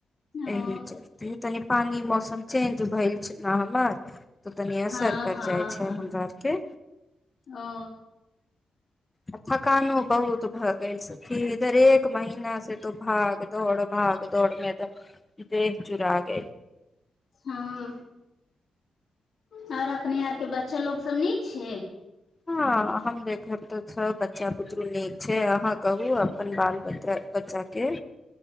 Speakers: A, on the left; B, on the left.
A: ओ
B: ए चल तनि पानी मौसम चेंज भेल छै ने हमर तऽ तनी असर
A: हँ
B: कर
A: हँ
B: जाइ छै
A: हँ
B: हमरा आरके
A: ओ
B: आ थकानो बहुत भऽ गेल छथि इधर एक महीनासँ तो भाग दौड़ भाग दौड़ मैदर दे चुरा गई
A: हँ आओर अपने आर के बच्चा लोको सब नीक छै
B: हँ हम देखर तऽ सभ बच्चा बुतरू नीक छै अहाँ कहू अपन बाल बच्च बच्चाके